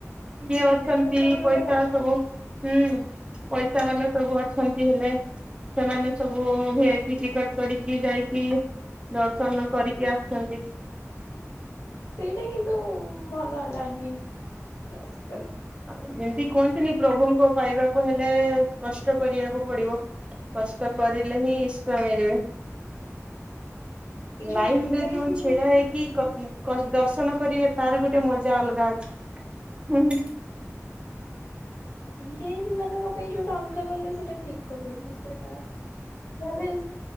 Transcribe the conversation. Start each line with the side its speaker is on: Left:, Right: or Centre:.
Right: କିଏ
Left: ହୁଁ
Right: ଅଛନ୍ତି
Left: ସେଟା ବି ଗୋଟେ
Right: ପଇସା
Left: କଥା
Right: ସବୁ, ହୁଁ ପଇସା ବାଲା ସବୁ ଅଛନ୍ତି, ହେଲେ ସେମାନେ ସବୁ ଭି ଆଇ ପି ଟିକଟ କରିକି ଯାଇକି, ଦର୍ଶନ କରିକି ଆସୁଛନ୍ତି।
Left: ସେଇଟା କିନ୍ତୁ ଭଲ ହେଲାନି ଟିକେ।
Right: ଏମିତି କୁହନ୍ତିନି ପ୍ରଭୁଙ୍କ ପାଇବାକୁ ହେଲେ, କଷ୍ଟ କରିବାକୁ ପଡିବ। କଷ୍ଟ କରିଲେ ହିଁ ଇଷ୍ଟା ମିଳିବେ।
Left: <inaudible> ଯୋଉ
Right: ଲାଇନରେ
Left: ଭିଆଇପି
Right: ଯଉ ଛିଡା
Left: ହୁଁ
Right: ହେଇକି କ ଦର୍ଶନ କରିବେ, ତାର ଗୋଟେ ମଜା ଅଲଗା ଅଛି। ହୁଁ।
Left: ଭି ଆଇ ପି ମାନଙ୍କ ପାଇଁ ଯୋଉଟା ଅଲଗା ଗଲେ ସେଇଟା ଠିକ କଲେନି। <unintelligible>